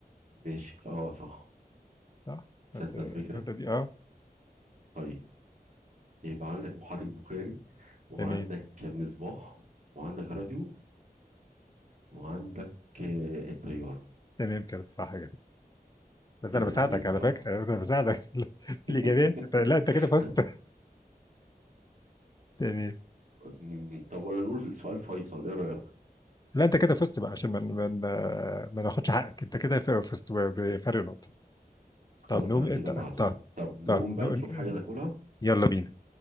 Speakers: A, on the right (about 50°); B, on the left (about 25°).
A: ماشي اه صح
B: صح
A: تصدق
B: انت النقطه
A: الفكرة
B: دي اه
A: طيب يبقى عندك محرك بخاري وعندك
B: تمام
A: مصباح وعندك راديو وعندك آه، الطيارة
B: تمام كده صح كده بس
A: كده
B: انا بساعدك
A: تعديلنا
B: على
A: صح؟
B: فكره انا بساعدك <laughs> في
A: <laughs>
B: الاجابات أنت- لا انت كده فزت
A: طب
B: تمام
A: أمم، طب ولا نقول سؤال فيصل ايه رأيك؟
B: لا انت كده فزت بقى عشان ما ما ما ما ناخدش حقك انت كده فزت بفرق نقطه
A: خلاص
B: طب نقوم
A: انا كده
B: طب
A: معزوم
B: طب
A: طب نقوم
B: طب
A: بقى
B: نقول-
A: نشوف حاجة ناكلها
B: يلا بينا